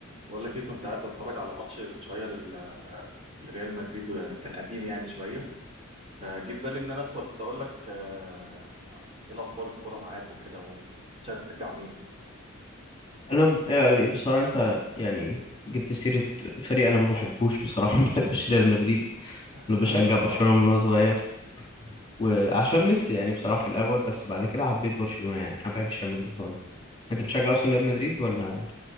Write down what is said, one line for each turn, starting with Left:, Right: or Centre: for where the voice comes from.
Right: بقول لك ايه كنت قاعد بتفرج على ماتش من شويه لل... لريال مدريد وكان قديم يعني شويه فجيب بالي ان انا ادخل اقول لك آه، ايه الاخبار الكوره معاك وكده و- وبتشجع مين
Left: انا ب... يعني بصراحه انت يعني جبت سيره فريق انا ما بحبوش بصراحه <laughs> ما بحبش ريال مدريد انا
Right: <laughs>
Left: بشجع
Right: اه
Left: برشلونه من وانا صغير وعشان
Right: م-
Left: ميسي يعني بصراحه في الاول بس بعد كده حبيت برشلونه يعني انا ما بحبش ريال مدريد خالص انت بتشجع اصلا ريال
Right: م.
Left: مدريد ولا